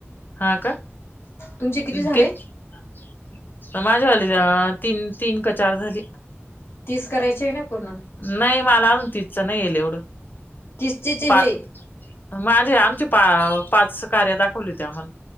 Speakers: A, on the left; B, on the left.
A: हा का
B: तुमचे किती झाले
A: किती माझ्यावाली तीन तीन का चार झाली
B: तीस करायची आहे ना पूर्ण
A: नाही मला अजून तिचं नाही येईल एवढं
B: किस्तीचे
A: पा
B: हे
A: माझे आमचे पा पाच कार्य दाखवली होती आम्हाला